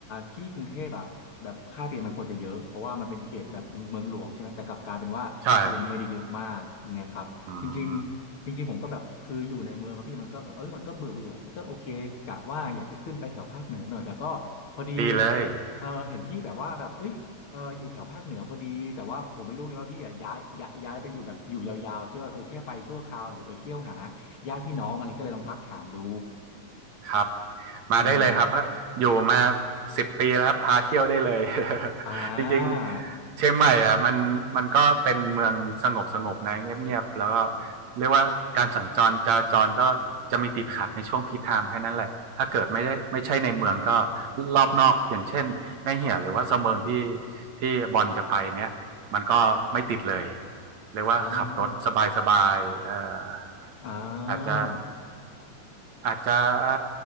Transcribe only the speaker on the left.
ที่กรุงเทพอะแบบค่าพีเอ็มมันควรจะเยอะ เพราะว่ามันเป็นเขตแบบเมืองเมืองหลวงใช่ไหมแต่กลับกลายเป็นว่าพีเอ็มไม่ได้เยอะมากอย่างเงี้ยครับจริงๆจริงๆผมก็แบบคืออยู่ในเมืองครับพี่มันก็แบบเออมันก็เบื่อเบื่ออย่างเงี้ยก็โอเคกะว่าอยากจะขึ้นไปแถวภาคเหนือหน่อยแต่ก็พอดี
เออเห็นพี่แบบว่าแบบเอ้ยเอออยู่แถวภาคเหนือพอดีแต่ว่าผมไม่รู้ไงว่าพี่อะย้ายย้ายย้ายไปอยู่แบบอยู่ยาวๆคิดว่าเออแค่ไปชั่วคราวหรือไปเที่ยวหาญาติพี่น้องอะไรก็เลยลองทักถามดู
อืม
อ่า
อ่าอ่า